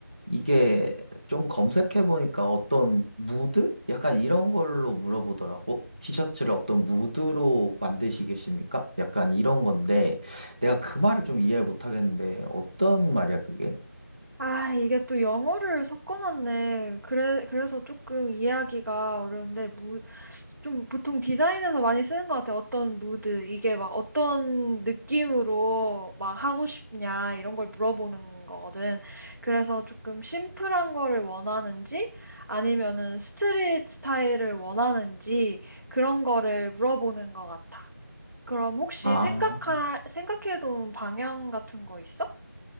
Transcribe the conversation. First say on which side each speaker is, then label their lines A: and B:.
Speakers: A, on the right; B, on the right.
A: 이게 좀 검색해보니까 어떤 무드? 약간 이런 걸로 물어보더라고. 티셔츠를 어떤 무드로 만드시겠습니까? 약간 이런 건데, 내가 그 말을 좀 이해를 못하겠는데, 어떤 말이야, 그게?
B: 아, 이게 또 영어를 섞어놨네. 그래, 그래서 조금 이해하기가 어려운데, 무, 좀 보통 디자인에서 많이 쓰는 것 같아. 어떤 무드, 이게 막 어떤 느낌으로 막 하고 싶냐, 이런 걸 물어보는 거거든. 그래서 조금 심플한 거를 원하는지, 아니면은 스트릿 스타일을 원하는지, 그런 거를 물어보는 것 같아. 그럼 혹시
A: 아,
B: 생각하, 생각해둔 방향 같은 거 있어?